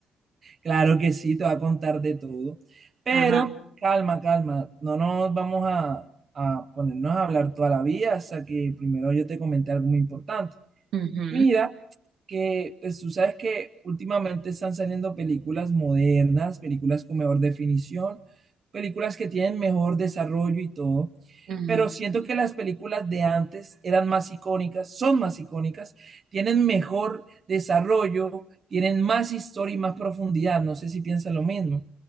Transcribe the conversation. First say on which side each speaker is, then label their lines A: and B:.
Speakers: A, on the right (about 45°); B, on the right (about 70°).
A: claro que sí, te voy a contar de todo. Pero
B: Ajá.
A: calma, calma, no nos vamos a, a ponernos a hablar toda la vida hasta que primero yo te comente algo muy importante.
B: Ujú,
A: Mira, que, pues tú sabes que últimamente están saliendo películas modernas, películas con mejor definición, películas que tienen mejor desarrollo y todo,
B: ujú.
A: pero siento que las películas de antes eran más icónicas, son más icónicas, tienen mejor desarrollo, tienen más historia y más profundidad, no sé si piensan lo mismo.